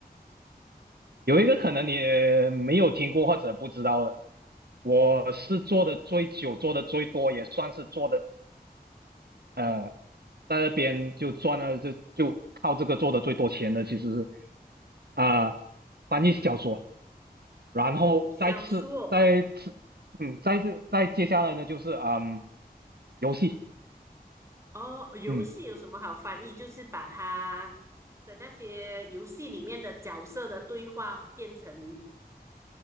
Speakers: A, on the right; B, on the right.
A: 有一个可能你没有听过或者不知道的。我是做的最久、做的最多，也算是做的呃，在那边就赚了，就就靠这个做的最多钱的，其实是啊、翻译小说，然后再次再次嗯，
B: 哦，小说
A: 再次再接下来呢就是嗯游戏，
B: 哦，游戏有什么好翻译？
A: 嗯，
B: 就是把它的那些游戏里面的角色的对话变成